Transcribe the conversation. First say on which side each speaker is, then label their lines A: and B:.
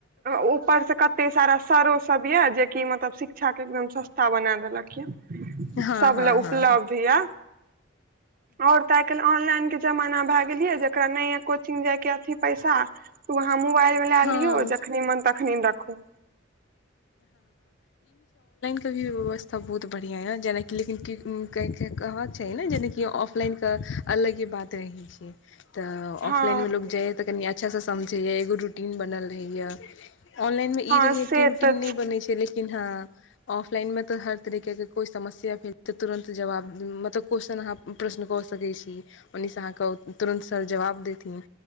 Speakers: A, on the right (about 45°); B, on the left (about 65°).
A: ऊपर से कते सारा सरो सब यै जेकि मतलब शिक्षा के एकदम सस्ता बना देलक यै
B: हँ
A: सब
B: हँ
A: लै उपलब्ध
B: हँ
A: य और तऽ आइ काल्हि ऑनलाइन के जमाना भ बुझलियै जेकरा नहि ये कोचिग जे के अथि पैसा वहां मोबाइलमे लए
B: हँ
A: लियौ जखने मन तख हीं देखू
B: तहियो व्यवस्था बहुत बढ़िया हे जेनाकि लेकिन कहऽके छै नहि जेनाकि ऑफलाइनके अलगे बात रहै छै तऽ
A: हँ
B: ऑफलाइनमे लोक जायै तऽ कनि अच्छासँ समझै एगो रूटीन बनल रहैये ऑनलाइनमे ई
A: हँ
B: रहैय
A: से
B: कि रूटीन
A: तऽ
B: नहि बनैत छै लेकिन हँ ऑफलाइनमे त हर तरहके जे कोई समस्या भेल छै त तुरंत जवाब मतलब कॉस्चन प्रश्न क सकै छी ओनीसं आहाँके तुरंत सर जवाब देथिन